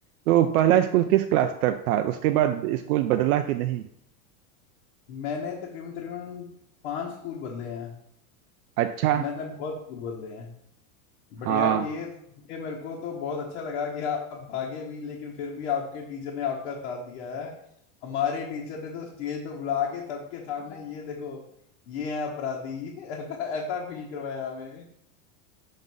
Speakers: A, on the right; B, on the left.
A: तो पहला स्कूल किस क्लास तक था उसके बाद स्कूल बदला कि नहीं
B: मैंने तकरीबन तकरीबन पांच स्कूल बदले हैं
A: अच्छा
B: मैंने बहुत स्कूल बदले हैं बट
A: हाँ
B: यार ये ये मेरे को तो बहुत अच्छा लगा कि आप भागे भी लेकिन फिर भी आपके टीचर ने आपका साथ दिया है हमारे टीचर ने तो स्टेज पे बुला के सबके सामने ये देखो ये है अपराधी <laughs> ऐसा ऐसा फील करवाया हमें